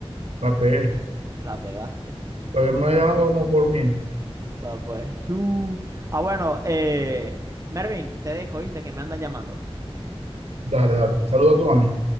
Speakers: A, on the right (about 85°); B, on the right (about 30°).
A: La pegué.
B: la pegaste.
A: Todavía me voy ganando como por mil.
B: Va pues. Su. Ah, bueno, eh, Mervin, te dejo, viste, que me andan llamando.
A: Dale, dale. Saluda a tu mami.